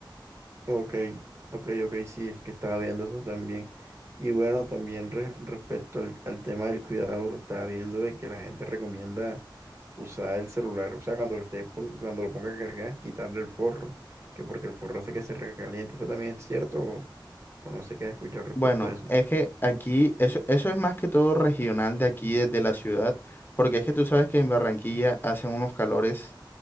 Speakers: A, on the right; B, on the left.
A: Ok, ok, ok, sí, es que estaba viendo eso también. Y bueno, también re- respecto al, al tema del cuidado, estaba viendo de que la gente recomienda usar el celular, o sea, cuando lo esté pon- cuando lo ponga a cargar, quitarle el forro, que porque el forro hace que se recaliente. ¿Eso también es cierto o, o no sé qué has escuchado respecto
B: Bueno,
A: a eso?
B: es que aquí, eso, eso es más que todo regional de aquí, de, de la ciudad, porque es que tú sabes que en Barranquilla hacen unos calores